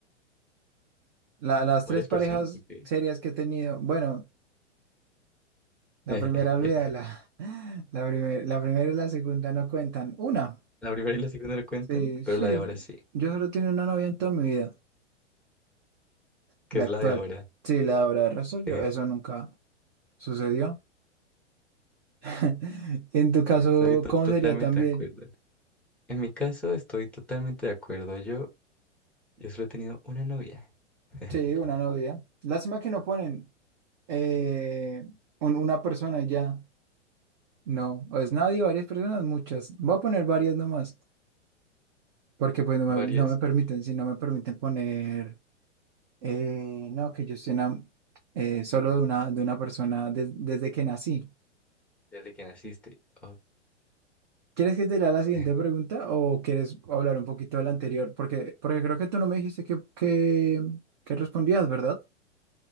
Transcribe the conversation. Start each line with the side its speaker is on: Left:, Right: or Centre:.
Right: La- las
Centre: varias
Right: tres parejas
Centre: personas, ok.
Right: serias que he tenido, bueno, la
Centre: <laughs>
Right: primera olvida, la, <laughs> la, primer- la primera y la segunda no cuentan. Una,
Centre: La primera y la segunda no cuentan,
Right: sí,
Centre: pero
Right: sí,
Centre: la de ahora sí,
Right: yo solo tengo una novia en toda mi vida,
Centre: que
Right: la
Centre: es
Right: actual.
Centre: la de ahora.
Right: Sí, la de ahora, de resto yo,
Centre: <laughs>
Right: eso nunca sucedió. <laughs> En tu caso,
Centre: Estoy to-
Right: ¿cómo
Centre: totalmente
Right: sería también?
Centre: de acuerdo. En mi caso estoy totalmente de acuerdo. Yo, yo solo he tenido una novia. <laughs>
Right: Sí, una novia. Lástima que no ponen eh, un- una persona y ya. No, o es nadie, varias personas, muchas. Voy a poner varias nomás, porque pues no me,
Centre: ¿Varias?
Right: no me permiten,
Centre: Ok.
Right: si no me permiten poner, eh, no, que yo estoy enam- eh, solo de una, de una persona des- desde que nací.
Centre: Desde que naciste. Ok.
Right: ¿Quieres que te lea la siguiente
Centre: <laughs>
Right: pregunta o quieres hablar un poquito de la anterior? Porque, porque creo que tú no me dijiste que, que, que respondías, ¿verdad? <laughs>